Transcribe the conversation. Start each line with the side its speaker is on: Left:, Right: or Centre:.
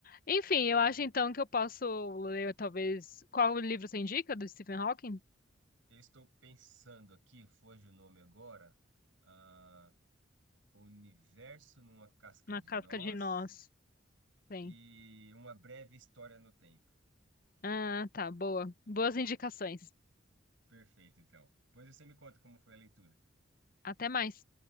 Left: Enfim, eu
Right: é.
Left: acho então que eu posso ler talvez qual livro você indica do Stephen Hawking?
Right: Eu estou pensando aqui, foge o nome agora. ah, O Universo numa Casca
Left: Na
Right: de
Left: Casca
Right: Nós
Left: de Nós. Sim.
Right: e Uma Breve História no Tempo.
Left: Ah, tá, boa. Boas indicações.
Right: Perfeito, então. Depois você me conta como foi a leitura.
Left: Até mais.